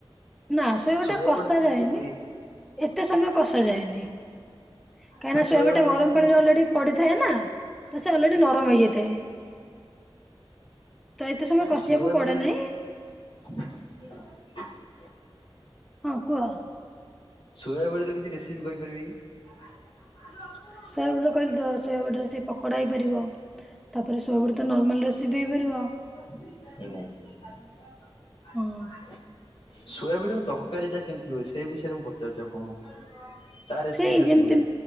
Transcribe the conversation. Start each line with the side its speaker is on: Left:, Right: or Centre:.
Centre: ନା ସୋୟାବଡ଼ି
Left: ସୋୟାବଡିର
Centre: ଟା କଷା ଯାଏନି।
Left: କିଛି
Centre: ଏତେ ସମୟ କଷା ଯାଏନି କାହିଁକିନା
Left: ମାନେ ସୋୟାବଡିର
Centre: ସୋୟାବଡ଼ି ଗରମ
Left: କିଛି
Centre: ପାଣିରେ ଅଲରେଡି ପଡିଥାଏ ନା ତ ସେ ଅଲରେଡି ନରମ ହେଇଯାଇଥାଏ। ତ ଏତେ ସମୟ କଷିବାକୁ
Left: ସୋୟାବଡି
Centre: ପଡେ
Left: <inaudible>
Centre: ନାହିଁ
Left: <inaudible>
Centre: ହଁ କୁହ?
Left: ସୋୟାବଡି ର କିଛି ରେସିପି କହିପାରିବେ କି? <unintelligible>
Centre: ସୋୟାବଡି କହିଲି ତ ସୋୟବଡିରେ ତ ସେ ପକୋଡା ହେଇପାରିବ। ତାପରେ ସୋୟବଡି ତ ନର୍ମାଲ ରେସିପି ବି ହେଇପାରିବ।
Left: <unintelligible>
Centre: ହଁ
Left: ସୋୟାବଡି ର ତରକାରୀ ତ କେମତି ରୋଷେଇ ବିଷୟରେ ମୁଁ ପଚାରୁଛି ଆପଣଙ୍କୁ ତା ରେସିପି
Centre: ସେଇ
Left: ଟା
Centre: ଯେମିତି
Left: କୁହନ୍ତୁ?